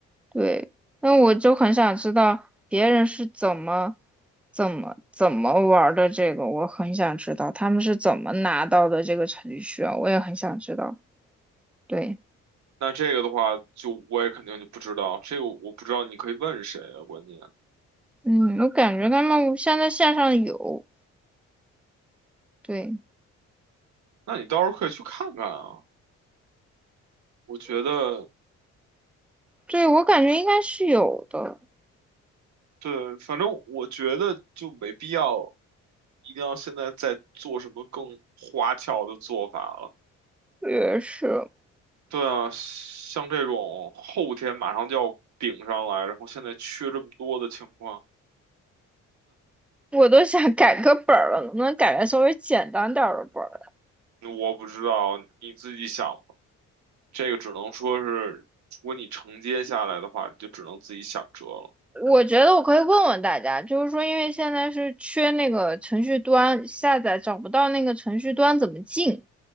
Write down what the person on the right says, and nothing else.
那这个的话，就我也肯定就不知道，这个我不知道，你可以问谁啊？关键，
那你到时候可以去看看啊。我觉得，
对，反正我觉得就没必要，一定要现在再做什么更花俏的做法了。
对啊，像这种后天马上就要顶上来，然后现在缺这么多的情况。
我不知道，你自己想吧。这个只能说是，如果你承接下来的话，就只能自己想辙了。